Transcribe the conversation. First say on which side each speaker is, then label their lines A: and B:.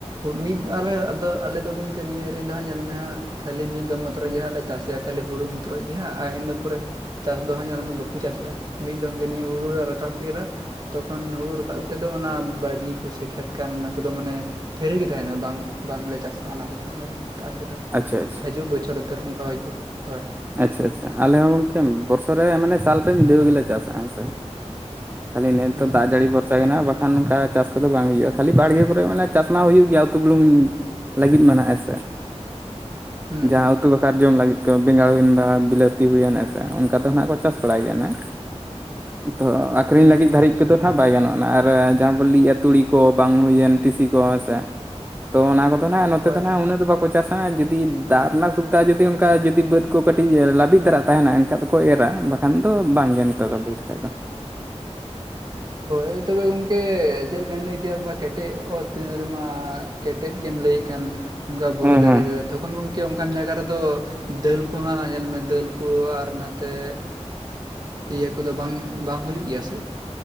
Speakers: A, on the right; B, on the right.
A: ᱢᱤᱫ ᱟᱞᱮ ᱟᱫᱚ ᱟᱞᱮ ᱫᱚ ᱜᱚᱢᱠᱮ ᱱᱤᱭᱟᱹ ᱨᱮᱫᱚ ᱦᱟᱸᱜ ᱧᱮᱞ ᱢᱮ ᱦᱟᱸᱜ ᱠᱷᱟᱹᱞᱤ ᱢᱤᱫ ᱫᱚᱢ ᱢᱚᱛᱨᱚᱡ ᱜᱮ ᱦᱟᱸᱜ ᱞᱮ ᱪᱟᱥᱮᱫᱼᱟ, ᱠᱷᱟᱹᱞᱤ ᱦᱩᱲᱩ ᱢᱚᱛᱨᱚᱡ ᱜᱮ ᱦᱟᱸᱜ ᱟᱨ ᱤᱱᱟᱹ ᱯᱚᱨᱮ ᱪᱟᱥ ᱫᱚ ᱦᱟᱸᱜ ᱧᱮᱞ ᱢᱮ ᱵᱟᱠᱚ ᱪᱟᱥᱮᱜᱼᱟ, ᱢᱤᱫ ᱫᱚᱢ ᱜᱮ ᱱᱤᱭᱟᱹ ᱦᱩᱲᱩ ᱞᱮ ᱨᱟᱠᱟᱵ ᱠᱮᱫᱟ᱾ ᱛᱚᱠᱷᱚᱱ ᱦᱩᱲᱩ ᱨᱟᱠᱟᱵ ᱠᱟᱛᱮᱫ ᱫᱚ ᱚᱱᱟ ᱵᱟᱲᱜᱮ ᱠᱚᱥᱮ ᱠᱷᱮᱛ ᱠᱟᱱ ᱚᱱᱟ ᱠᱚᱫᱚ ᱢᱟᱱᱮ ᱯᱷᱮᱨᱤ ᱜᱮ ᱛᱟᱸᱦᱮᱱᱟ ᱵᱟᱝ ᱵᱟᱝᱞᱮ ᱪᱟᱥᱟ ᱚᱱᱟ ᱨᱮᱫᱚ ᱦᱟᱸᱜ ᱧᱮᱞ ᱢᱮ᱾
B: ᱟᱪᱪᱷᱟ
A: <unintelligible>
B: ᱟᱪᱪᱷᱟ
A: ᱦᱤᱡᱩᱜ ᱵᱚᱪᱷᱚᱨ ᱩᱛᱟᱹᱨ ᱚᱱᱠᱟ ᱦᱩᱭᱩᱜᱼᱟ ᱦᱳ᱾
B: ᱟᱪᱪᱷᱟ ᱟᱪᱪᱷᱟ ᱟᱞᱮ ᱦᱚᱸ ᱜᱚᱢᱠᱮ ᱵᱚᱨᱥᱚ ᱨᱮ ᱢᱟᱱᱮ ᱥᱟᱞ ᱨᱮ ᱢᱤᱫ ᱫᱷᱟᱹᱣ ᱜᱮᱞᱮ ᱪᱟᱥᱟ ᱦᱮᱸᱥᱮ᱾ ᱠᱷᱟᱹᱞᱤ ᱱᱤᱛ
A: ᱦᱩᱸ
B: ᱫᱚ ᱫᱟᱜ ᱡᱟᱹᱲᱤ ᱵᱷᱚᱨ ᱥᱟᱜᱼᱟ ᱵᱟᱠᱷᱟᱱ ᱚᱱᱠᱟ ᱪᱟᱥ ᱠᱚᱫᱚ ᱵᱟᱝ ᱦᱩᱭᱩᱜᱼᱟ, ᱠᱷᱟᱹᱞᱤ ᱵᱟᱲᱜᱮ ᱠᱚᱨᱮ ᱟᱱᱮ ᱪᱟᱥ ᱢᱟ ᱦᱩᱭᱩᱜ ᱜᱮᱭᱟ ᱩᱛᱩ ᱵᱩᱞᱩᱝ᱾ ᱞᱟᱹᱜᱤᱫ ᱢᱮᱱᱟᱜ ᱦᱮᱸᱥᱮ,
A: ᱦᱩᱸ,
B: ᱡᱟᱸᱦᱟ ᱩᱛᱩ ᱵᱟᱠᱷᱟᱨ ᱡᱚᱢ ᱞᱟᱹᱜᱤᱫ ᱛᱮ᱾ ᱵᱮᱜᱟᱲ ᱦᱩᱭᱮᱱ ᱵᱟ ᱵᱤᱞᱟᱹᱛᱤ ᱦᱩᱭᱮᱱ ᱦᱮᱸᱥᱮ ᱚᱱᱠᱟ ᱫᱚ ᱱᱟᱜ ᱠᱚ ᱪᱟᱥ ᱵᱟᱲᱟᱭ ᱜᱮᱭᱟ ᱱᱟᱜ᱾ ᱛᱚ ᱟᱹᱠᱷᱨᱤᱧ
A: ᱦᱩᱸ,
B: ᱞᱟᱹᱜᱤᱫ ᱫᱷᱟᱹᱨᱤᱡ ᱠᱚᱫᱚ ᱱᱟᱜᱷ ᱵᱟᱭ ᱜᱟᱱᱚᱜᱼᱟ ᱱᱟᱜᱷ, ᱟᱨ ᱡᱟᱸᱦᱟ ᱵᱚᱱ ᱞᱟᱹᱭᱜᱼᱟ ᱛᱩᱲᱤ ᱠᱚ ᱵᱟᱝ ᱦᱩᱭᱮᱱ ᱴᱤᱥᱤ ᱠᱚ ᱦᱮᱸᱥᱮ᱾ ᱛᱚ ᱚᱱᱟ ᱠᱚᱫᱚ ᱦᱟᱸᱜ ᱱᱚᱛᱮ
A: ᱦᱳᱭ,
B: ᱫᱚ ᱦᱟᱸᱜ ᱩᱱᱟᱹᱜ ᱫᱚ ᱵᱟᱠᱚ ᱪᱟᱥᱟ ᱡᱩᱫᱤ ᱫᱟᱜ ᱨᱮᱱᱟᱜ ᱥᱩᱵᱤᱫᱷᱟ ᱡᱩᱫᱤ ᱚᱱᱠᱟ ᱡᱩ ᱡᱩᱫᱤ ᱵᱟᱹᱫᱽ ᱠᱚ ᱠᱟᱹᱴᱤᱡ ᱞᱟᱵᱤᱫ ᱫᱷᱟᱨᱟ ᱛᱟᱸᱦᱮᱱᱟ ᱮᱱᱠᱷᱟ ᱫᱚᱠᱚ ᱮᱨᱟ, ᱵᱟᱠᱷᱟᱱ ᱫᱚ ᱵᱟᱝ ᱜᱮ ᱱᱚᱛᱮ ᱫᱚ ᱞᱟᱹᱭ ᱞᱮᱠᱷᱟᱡ ᱫᱚ᱾
A: ᱦᱳᱭ ᱛᱚᱵᱮ ᱜᱚᱢᱠᱮ ᱪᱮᱫ ᱞᱮᱠᱟᱹᱧ ᱞᱟᱹᱭ ᱠᱮᱜᱼᱟ ᱚᱱᱠᱟ ᱠᱮᱴᱮᱡ ᱚᱛ ᱨᱮᱢᱟ ᱠᱮᱴᱮᱡ ᱜᱮᱢ ᱞᱟᱹᱭᱮᱫ ᱠᱟᱱ ᱚᱱᱠᱟ ᱵᱩᱨᱩ
B: ᱦᱮᱸ
A: ᱫᱟᱨᱮ
B: ᱦᱮᱸ
A: ᱨᱮ ᱛᱚᱠᱷᱚᱱ ᱜᱚᱢᱠᱮ ᱚᱱᱠᱟᱱ ᱡᱟᱭᱜᱟ ᱨᱮᱫᱚ ᱫᱟᱹᱞ ᱠᱚᱦᱟᱸᱜ ᱧᱮᱞᱢᱮ ᱫᱟᱹᱞ ᱠᱚ ᱟᱨ ᱱᱟᱛᱮ ᱤᱭᱟᱹ ᱠᱚᱫᱚ ᱵᱟᱝ ᱵᱟᱝ ᱦᱩᱭᱩᱜ ᱜᱮᱭᱟ ᱥᱮ᱾